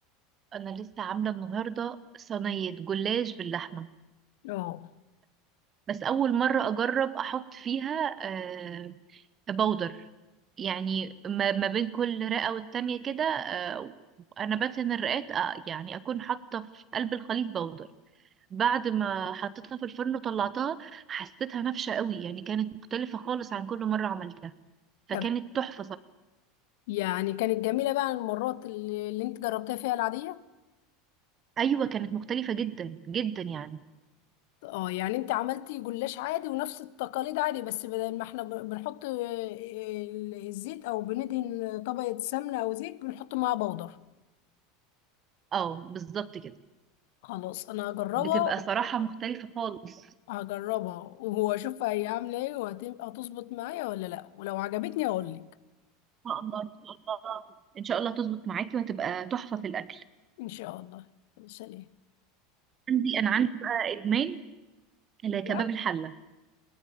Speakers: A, on the right; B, on the left.
A: انا لسه عامله النهارده صينيه جلاش باللحمه
B: اه
A: بس اول مره اجرب احط فيها آه، بودر يعني ما ما بين كل رئه والتانية كده آه، انا بدهن الرئات آه، يعني اكون حاطه في قلب الخليط بودر بعد ما حطيتها في الفرن وطلعتها حسيتها نافشه قوي يعني كانت مختلفه خالص عن كل مره عملتها فكانت
B: طب
A: تحفه صراحه
B: يعني كانت جميله بقى المرات اللي, اللي انت جربتها فيها العاديه
A: ايوه كانت مختلفه جدا جدا يعني
B: اه يعني انت عملتي جلاش عادي ونفس التقاليد عادي بس بدل ما احنا ب- بنحط آه، ال- الزيت او بندهن طبقة سمنة او زيت بنحط معاها بودر
A: اه بالظبط كده
B: خلاص انا هجربها
A: بتبقى صراحه مختلفه خالص ان
B: هجربها وهو اشوفها هي عاملة ايه وهتظبط معايا ولا لا ولو عجبتني هقول لك
A: شاء الله ان شاء الله ان شاء الله تظبط معاكي وهتبقى تحفه في الاكل
B: ان شاء الله يلا، سلام
A: عندي انا عندي بقى ادمان الكباب
B: لا،
A: الحله